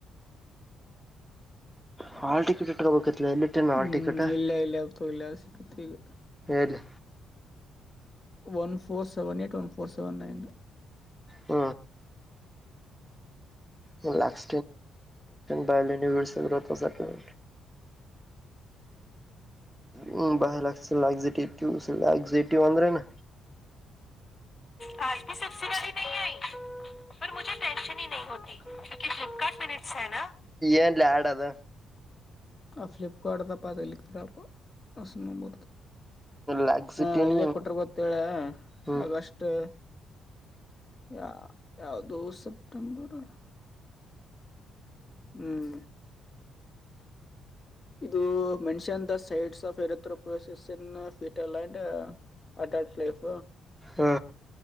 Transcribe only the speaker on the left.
ಹ್ಮ್
ಇಲ್ಲ ಇಲ್ಲ ಅದು ಇಲ್ಲ ಸಿಕ್ಕತ್ ಈಗ
one four seven eight one four seven nine
ಕಲ್ತಿ ಸಸಿರಿ ನೀ ಆಐ <inaudible> ಸ ಮುಜಿ ಟೆಷನ್ ಹ ನೀ ಹೊತಿ ಕಿ ಫಲಪಕಾರ್ಟ ಮಿನಿಟ್ಸ್ ನ
ಆ ಫ್ಲಲಿಪ್ಕಾರ್ಟ ಅದಪ್ಪಲ್ಲಿರ ಅ ನಬ
ಹಾ ಇಲ್ಲೇ ಕೊಟರು ಗೊತ್ತೇಳ
ಆಗಷ್ಟು ಯ ಯಾದು ಸೆಪ್ಟೆಂಬರ್ ಹ್ಮ್ ಇದು mention the sites of erythropoiesis in ಫೀಟರ್ಲ್ಂಡ್ ಆ ಕಟ್ಲಿಫ